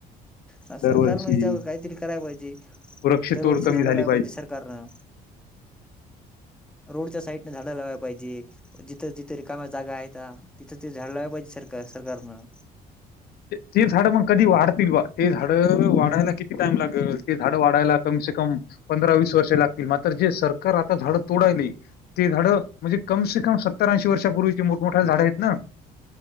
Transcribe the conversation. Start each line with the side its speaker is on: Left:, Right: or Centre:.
Centre: हा सरकारनं
Left: दरवर्षी
Centre: याच्यावर काहीतरी करायला पाहिजे
Left: वृक्षतोड
Centre: दरवर्षी
Left: कमी
Centre: झाडंलायला
Left: झाली
Centre: पाहिजे सरकारनं रोडच्या साईडने झाड लावाय पाहिजे जिथं जिथे कामा जागा आहेत तिथं त झाड ला पाहिजे सरकार सरकारनं
Left: ते झाड मग कधी वाढतील बा ते झाड वाढायला किती टाइम लागेल ते झाड वाढायला कमसे कम पंधरा वीस वर्ष लागतील मात्र जे सरकार आता झाडं तोडायले ते झाडं म्हणजे कमसे कम सत्तरऐंशी वर्षापूर्वीची मोठमोठ्या झाडं आहेत ना